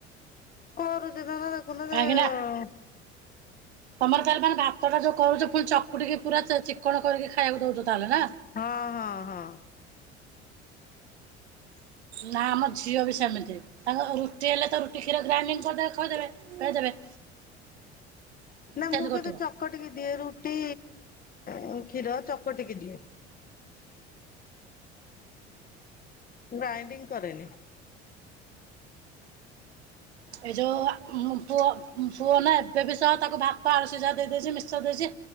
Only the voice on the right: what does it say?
କାହିଁକି
ନା ତମର ତାହେଲେ ମାନେ ଭାତଟା ଯୋଉ କରୁଚ ପୁଣି ଚକୁଡିକି ପୁରା ଚେ ଚିକଣ କରିକି ଖାଇବାକୁ ଦଉଚ ତାହେଲେ ନା?
ନା ଆମ ଝିଅବି ସେମିତି ତାଙ୍କ ରୁଟି ହେଲେତ ରୁଟି କ୍ଷୀର ଗ୍ରାଇଣ୍ଡିଙ୍ଗ କରିଦେବେ ଖୋଇଦେବେ ପେଇଦେବେ
କରୁଥିବ
ଏଇ ଯୋଉ ଆମ ପୁଅ ପୁଅନା ଏବେବି ସହ ତାକୁ ଭାତ ଆଳୁ ସିଝା ଦେଇଦଉଚି ମିଶ୍ଚର ଦେଇଚି